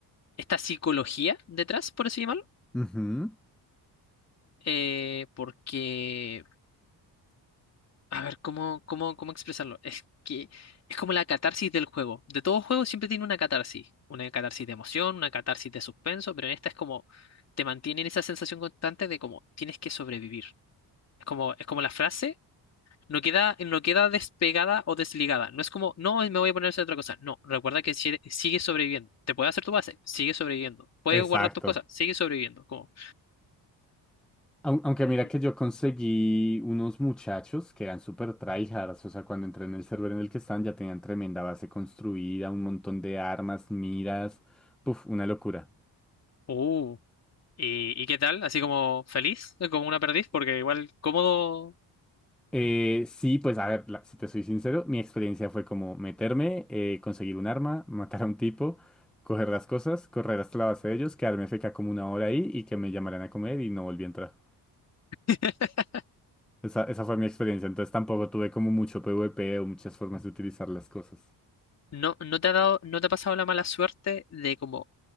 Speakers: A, on the left; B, in the centre.
A: esta psicología detrás, por así llamarlo.
B: Ujú,
A: eh, porque, a ver, ¿cómo, cómo, cómo expresarlo? Es que es como la catarsis del juego. De todo juego siempre tiene una catarsis. Una catarsis de emoción, una catarsis de suspenso, pero en esta es como te mantienen esa sensación constante de como tienes que sobrevivir. Es como, es como la frase. No queda, no queda despegada o desligada. No es como, no, me voy a poner a hacer otra cosa. No, recuerda que si- sigue sobreviviendo. Te puedes hacer tu base, sigue sobreviviendo. Puedes
B: Exacto.
A: guardar tus cosas, sigue sobreviviendo. Como,
B: Aun- Aunque
A: mm,
B: mira
A: mm,
B: que yo conseguí unos muchachos que eran súper tryhards, o sea, cuando entré en el server en el que estaban ya tenían tremenda base construida, un montón de armas, miras, puf, una locura.
A: uh, ¿y, y qué tal? Así como feliz, como una perdiz, porque igual cómodo.
B: Eh, sí, pues a ver, la- si te soy sincero, mi experiencia fue como meterme, eh, conseguir un arma, <laughs> matar a un tipo, coger las cosas, correr hasta la base de ellos, quedarme feca como una hora ahí y que me llamaran a comer y no volví a entrar.
A: <laughs>
B: Esa, esa fue mi experiencia, entonces tampoco tuve como mucho PvP o muchas formas de utilizar las cosas.
A: No, no te ha dado, no te ha pasado la mala suerte de como